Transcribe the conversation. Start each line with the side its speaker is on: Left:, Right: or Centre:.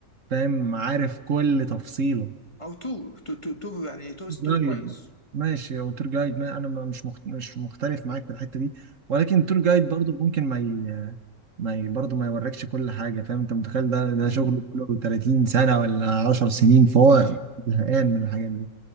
Right: فاهم عارف كل تفصيله
Left: او تو تو تو, تو يعني تورست
Right: جايد
Left: تو كويس
Right: ماشي او تور جايد ما انا ما- مش مخت... مش مختلف معاك في الحته دي ولكن تور جايد برضه ممكن ما ي... ما ي... برضه ما يوريكش كل حاجه فاهم انت متخيل ده ده
Left: امم
Right: شغله كله 30 سنه ولا 10 سنين فهو
Left: صح
Right: زهقان من الحاجات دي